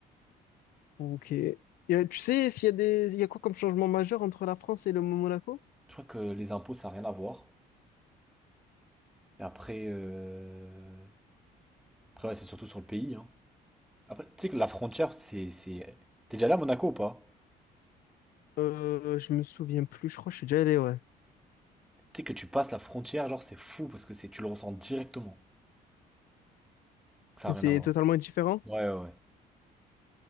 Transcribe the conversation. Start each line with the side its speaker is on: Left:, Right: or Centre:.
Left: Ok. Et, euh, tu sais, s'il y a des, il y a quoi comme changement majeur entre la France et le Monaco?
Centre: Je crois que les impôts, ça n'a rien à voir. Et après, euh, après ouais, c'est surtout sur le pays. hein. Après, tu sais que la frontière, c'est, c'est... T'es déjà allé à Monaco ou pas?
Left: Euh, je me souviens plus. Je crois que je suis déjà allé, ouais.
Centre: Tu sais que tu passes la frontière, genre, c'est fou parce que c'est, tu le ressens directement. Ça
Left: Mais
Centre: n'a rien
Left: C'est
Centre: à voir.
Left: totalement différent.
Centre: Ouais, ouais, ouais.